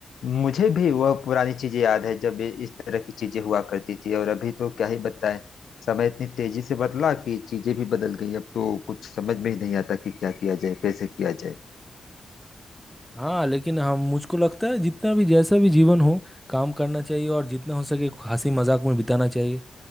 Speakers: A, on the left (about 80°); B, in the centre.
A: मुझे भी वह पुरानी चीजें याद है जब ये इस तरह की चीजें हुआ करती थी और अभी तो क्या ही बताएं समय इतनी तेजी से बदला कि चीजें भी बदल गई अब तो कुछ समझ में ही नहीं आता कि क्या किया जाए कैसे किया जाए
B: हाँ लेकिन हम मुझको लगता है जितना भी जैसा भी जीवन हो काम करना चाहिए और जितना हो सके हंसी मजाक में बिताना चाहिए